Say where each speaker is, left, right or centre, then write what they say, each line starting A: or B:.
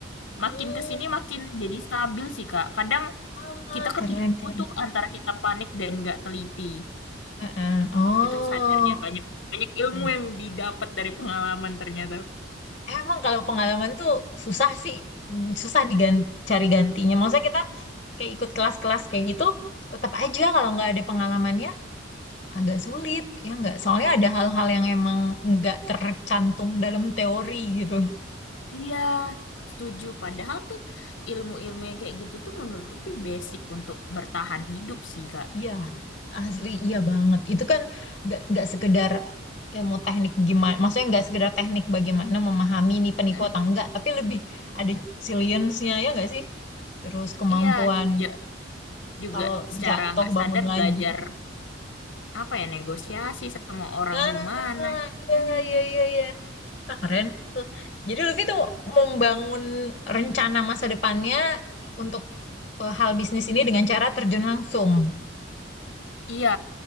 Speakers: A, on the left (about 65°); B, on the left (about 35°).
A: Makin
B: hmm,
A: ke sini makin jadi stabil sih, Kak. Kadang
B: Ah,
A: kita
B: keren,
A: ketipu
B: keren.
A: tuh antara kita panik dan nggak teliti.
B: Heeh. Oh,
A: Itu sadarnya banyak banyak ilmu
B: oke.
A: yang didapat dari pengalaman ternyata.
B: Eh, Emang kalau pengalaman tuh susah sih, Mm, susah diganti, cari gantinya. Maksudnya kita kayak ikut kelas-kelas kayak gitu, tetap aja kalau nggak ada pengalamannya agak sulit, ya nggak? Soalnya ada hal-hal yang emang nggak tercantum dalam teori gitu.
A: Iya, setuju. Padahal tuh ilmu-ilmu yang kayak gitu tuh menurut lebih basic untuk bertahan hidup sih, Kak.
B: Iya, asli iya banget. Itu kan nggak nggak sekedar ilmu teknik gimana, maksudnya nggak sekedar teknik bagaimana memahami ini penipu
A: Mm-mm.
B: atau enggak, tapi lebih ada juga resilience-nya ya nggak sih? Terus kemampuan
A: Iya, kita juga
B: kalau
A: secara
B: jatuh
A: nggak
B: bangun
A: sadar
B: lagi.
A: belajar apa ya negosiasi sama orang
B: Ah,
A: gimana.
B: iya
A: Hmm.
B: iya iya iya. Ah, keren tuh Jadi Lutfi tuh membangun rencana masa depannya untuk eh, hal bisnis ini dengan cara terjun langsung.
A: Iya,